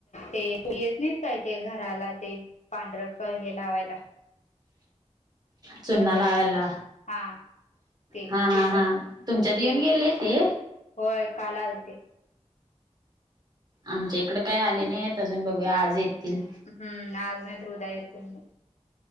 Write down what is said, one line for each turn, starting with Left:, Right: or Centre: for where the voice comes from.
Left: ते तु येत नाहीस काय ते घराला, ते पांढर क हे लावायला.
Right: चुन्ना
Left: कलर
Right: लावायला
Left: हा. ते
Right: हा हा
Left: ते
Right: हा
Left: पण
Right: तुमच्यात येऊन
Left: ते
Right: गेले ते
Left: होय, काल आलते.
Right: आमच्या इकडे काय आले नाहीयेत अजून, बघूया आज येतील.
Left: हुं. आज नाहीतर, उद्या येतील बग.